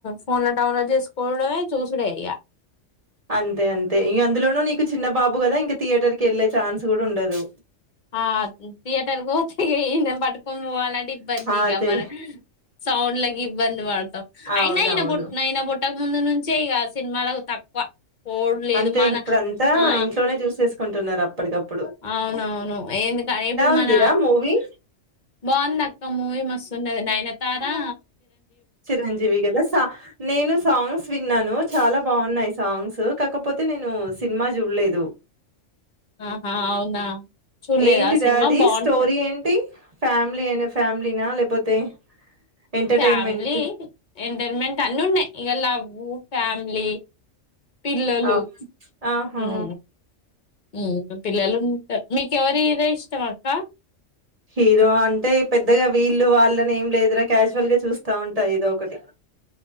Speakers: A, on the left; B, on the right.
A: ఫోన్ లో డౌన్లోడ్ చేసుకోవడమే చూసుడే ఇగ
B: అంతే అంతే ఇగ అందులోనూ నీకు చిన్న బాబు కదా ఇంకా థియేటర్ కి వెళ్ళే ఛాన్స్ కూడా ఉండదు
A: ఆ థియేటర్ కు పోతే ఇయన్ పటు అలాంటి ఇబ్బంది
B: ఆ!
A: ఇగ
B: అదే.
A: మన సౌండ్ల కి ఇబ్బంది పడతాం
B: అవునవును.
A: అయిన ఇయన పుట్ట ఇయన పుట్టక ముందు నుం చే ఇగ సినిమాలకు తక్కువ పోవుడు లేదు
B: అంతే
A: మన
B: ఇప్పుడ అంతా
A: ఆ
B: ఇంట్లోనే చూసేసుకుంటున్నారు అప్పటికప్పు
A: అవునవును ఎందుక ఇప్పుడు మన
B: ఉందిరా మూవీ?
A: బాగుంది అక్క మూవీ మస్తున్నది నయన తారా
B: చిరంజీవి గదా సా నేను సాంగ్స్ విన్నాను చాలా బాగున్నాయి సాంగ్స్ కాకపోతే నేను సినిమా చూడలేదు
A: ఆహా అవునా చూడలేదు
B: ఏంటిది
A: ఆ సినిమా
B: రా అది
A: బాగుంటది
B: స్టోరీ ఏంటి ఫ్యామిలీ అయినా ఫ్యామిలీనా లేపోతే ఎంటర్టైన్మెంట్
A: ఫ్యామిలీ ఎంటైన్మెంట్ అన్ని ఉన్నాయి ఇగ లవ్వు ఫ్యామ్ లి పిల్లలు
B: ఆ ఆహా
A: ఉం ఉం పిల్లలు ఉంటారు మీకెవరి హీరో ఇష్టం అక్క
B: హీరో అంటే పెద్దగా వీళ్ళు వాళ్ళని ఏం లేదురా క్యాజువల్ గా చూస్తా ఉంటాయి ఇదో ఒకటి